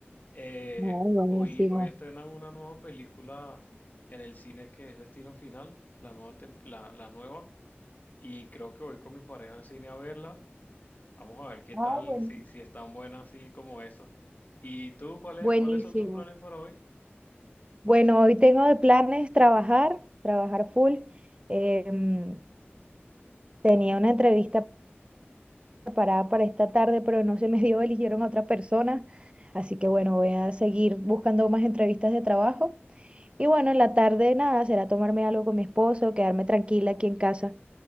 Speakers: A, on the left; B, on the right.
A: Eh,
B: Ay, buenísimo.
A: hoy, hoy estrenan una nueva película en el cine que es Destino Final, la nueva, tem- la, la nueva. Y creo que voy con mi pareja al cine a verla. Vamos a ver qué
B: Ah,
A: tal,
B: buenísimo.
A: si, si es tan buena así como esa. ¿Y tú, cuáles,
B: Buenísimo.
A: cuáles son tus planes para hoy?
B: Bueno, hoy tengo de planes trabajar, trabajar full. Em, tenía una entrevista preparada para esta tarde, pero no se me dio, eligieron a otra persona. Así que bueno, voy a seguir buscando más entrevistas de trabajo. Y bueno, en la tarde nada, será tomarme algo con mi esposo, quedarme tranquila aquí en casa.